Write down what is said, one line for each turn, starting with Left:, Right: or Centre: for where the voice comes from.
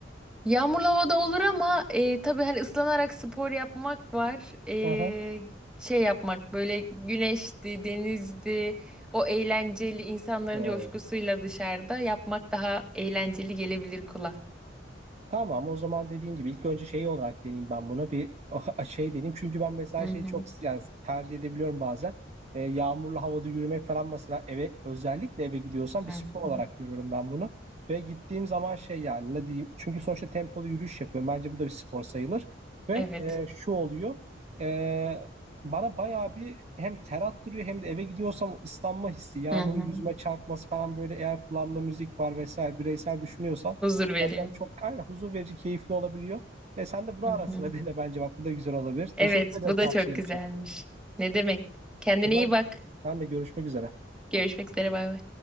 Centre: Yağmurlu havada olur ama e, tabii hani ıslanarak spor yapmak var. E,
Right: Hı hı.
Centre: şey yapmak böyle güneşti, denizdi, o eğlenceli insanların
Right: Hı.
Centre: coşkusuyla dışarıda yapmak daha eğlenceli gelebilir kulağa.
Right: Tamam o zaman dediğin gibi ilk önce şey olarak deneyeyim ben bunu bir <laughs> şey deneyeyim. Çünkü ben mesela
Centre: Hı
Right: şeyi
Centre: hı,
Right: çok yani tercih edebiliyorum bazen. Ee, yağmurlu havada yürümek falan mesela eve özellikle eve gidiyorsam
Centre: hı
Right: bir spor olarak
Centre: hı.
Right: görüyorum ben bunu. Ve gittiğim zaman şey yani ne diyeyim çünkü sonuçta tempolu yürüyüş yapıyorum. Bence bu da bir spor sayılır. Ve
Centre: Evet.
Right: e, şu oluyor e, bana bayağı bir hem ter attırıyor hem de eve gidiyorsam ıslanma hissi yağmurun
Centre: Hı hı.
Right: yüzüme çarpması falan böyle eğer kulağımda müzik var vesaire bireysel düşünüyorsam
Centre: Huzur veriyor.
Right: Gerçekten çok aynen, huzur verici, keyifli olabiliyor. E sen de bunu
Centre: Hı
Right: ara
Centre: hı.
Right: sıra dene bence bak bu da güzel olabilir.
Centre: Evet,
Right: Teşekkür ederim
Centre: bu da
Right: tavsiyen
Centre: çok güzelmiş.
Right: için.
Centre: Ne demek? Kendine
Right: O zaman
Centre: iyi bak.
Right: sen de görüşmek üzere.
Centre: Görüşmek üzere, bay bay.